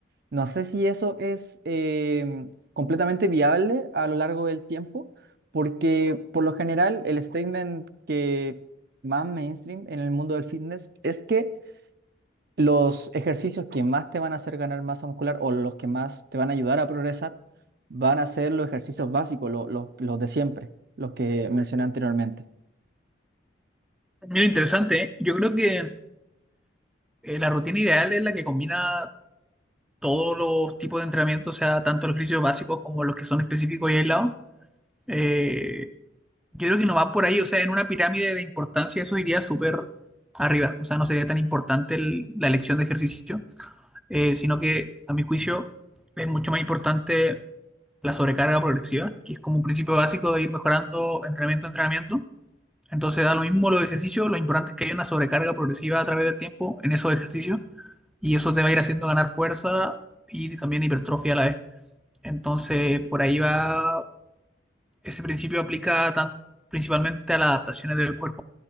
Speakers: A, on the right (about 55°); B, in the centre.
A: No sé si eso es eh, completamente viable a lo largo del tiempo, porque por lo general el statement que más mainstream en el mundo del fitness es que los ejercicios que más te van a hacer ganar masa muscular o los que más te van a ayudar a progresar van a ser los ejercicios básicos, lo- lo- los de siempre, los que mencioné anteriormente.
B: Mira, interesante, ¿eh? Yo creo que eh, la rutina ideal es la que combina todos los tipos de entrenamiento, o sea, tanto los ejercicios básicos como los que son específicos y aislados. Eh, yo creo que no va por ahí, o sea, en una pirámide de importancia eso iría súper arriba, o sea, no sería tan importante el- la elección de ejercicio eh, sino que a mi juicio es mucho más importante la sobrecarga progresiva, que es como un principio básico de ir mejorando entrenamiento a entrenamiento. Entonces da lo mismo los ejercicios, lo importante es que haya una sobrecarga progresiva a través del tiempo en esos ejercicios y eso te va a ir haciendo ganar fuerza y también hipertrofia a la vez. Entonces por ahí va ese principio aplica tan- principalmente a las adaptaciones del cuerpo,